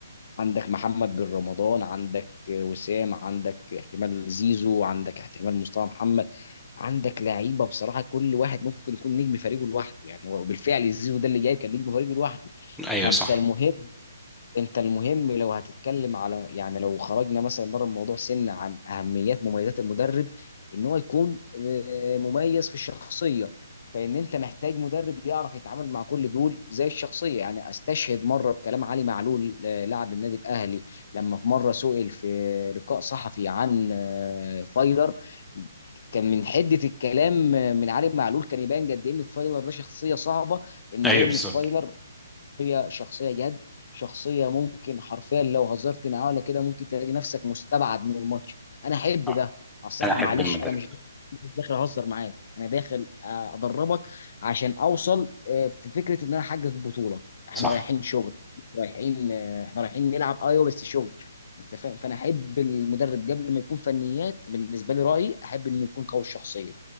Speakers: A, on the left; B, in the centre.
A: عندك محمد بن رمضان عندك وسام عندك احتمال زيزو عندك احتمال مصطفى محمد عندك لعيبه بصراحه كل واحد ممكن يكون نجم فريقه لوحده يعني هو بالفعل زيزو ده اللي جاي كان نجم فريقه لوحده
B: أيوه
A: فانت
B: صح
A: المهم انت المهم لو هتتكلم على يعني لو خرجنا مثلا بره الموضوع سنة عن اهميات مميزات المدرب ان هو يكون آه، مميز في الشخصية فان انت محتاج مدرب يعرف يتعامل مع كل دول زي الشخصية يعني استشهد مرة بكلام علي معلول آه، لاعب النادي الاهلي لما في مرة سئل في لقاء صحفي عن آه، فايلر كان من حده الكلام آه، من علي معلول كان يبان قد ايه ان فايلر ده شخصيه صعبه انه
B: أيوه
A: جاي ان
B: بالظبط
A: فايلر هي شخصية جد شخصية ممكن حرفيا لو هزرت معاه ولا كده ممكن تلاقي نفسك مستبعد من الماتش انا احب
B: آه.
A: ده اصل
B: أنا
A: احنا
B: أحب
A: معلش
B: المدرب
A: انا مش
B: ده.
A: مش داخل اهزر معاك انا داخل آه، ادربك عشان اوصل آه، في فكرة ان انا احقق بطولة احنا
B: صح
A: رايحين شغل رايحين آه، احنا رايحين نلعب ايوه بس شغل انت فاهم فانا احب المدرب قبل ما يكون فنيات بالنسبة لي رأيي احب انه يكون قوي الشخصية